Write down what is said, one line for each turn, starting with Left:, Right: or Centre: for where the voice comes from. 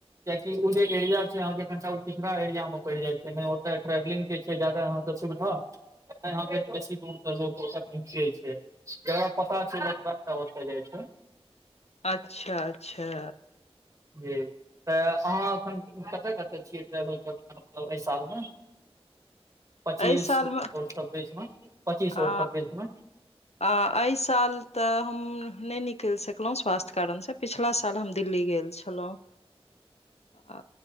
Right: कियाकि उ जे एरिया छै अहाँके कटा िरा एरिया मे पैड़ जाय छै ओत ट्रेवलिंग के छै ज्यादा अहाँके सुविधा ताँय अहाँके बेसी दूरो स लोक-सब पहुँचै छै जकरा पता छै ओ ओतः जाइ छै
Left: अच्छा-अच्छा
Right: जी तऽ अहाँ एखन कतऽ-कतऽ छियै ट्रैवल कर मतलब एहि साल में पच्चीस
Left: एहि सालमे
Right: और छब्बीस में पच्चीस और
Left: आ
Right: छब्बीस में
Left: आ एहि साल तऽ हम नहि निकैल सकलहुॅँ स्वास्थ्य कारण स पिछला साल हम दिल्ली गेल छलौह हेलो
Right: <inaudible>
Left: आ